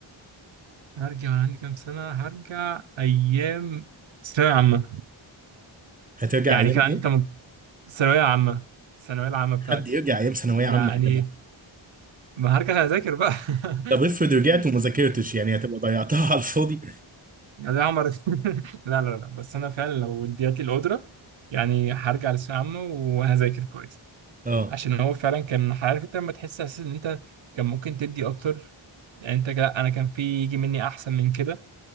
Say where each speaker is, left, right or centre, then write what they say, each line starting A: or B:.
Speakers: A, on the right (about 65°); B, on the right (about 20°).
A: هرجع عندي كام سنه هرجع ايام ثانوية عامة
B: هترجع
A: يعني
B: ايام
A: كان عندي
B: ايه
A: تم- ثانوية عامة الثانوية العامة بتاعتي
B: حد يرجع ايام ثانوية
A: يعني
B: عامة يا جدع
A: ما هرجع أذاكر بقى <laughs>
B: طب افرض رجعت
A: يعني
B: وما ذاكرتش يعني هتبقى ضيعتها <laughs> على الفاضي
A: يا ده عمر <laughs> لا لا لا بس أنا فعلا لو اديت لي القدرة يعني هرجع للثانوية العامة وهذاكر كويس
B: اه
A: عشان هو فعلا كان عارف أنت لما تحس أساسا إن أنت كان ممكن تدي أكتر يعني أنت لا أنا كان في يجي مني أحسن من كده